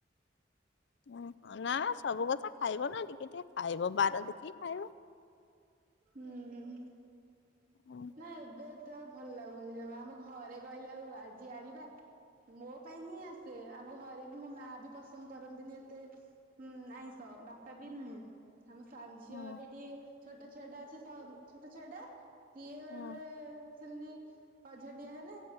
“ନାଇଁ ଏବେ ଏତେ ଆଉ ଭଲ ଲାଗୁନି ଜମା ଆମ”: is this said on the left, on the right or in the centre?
Right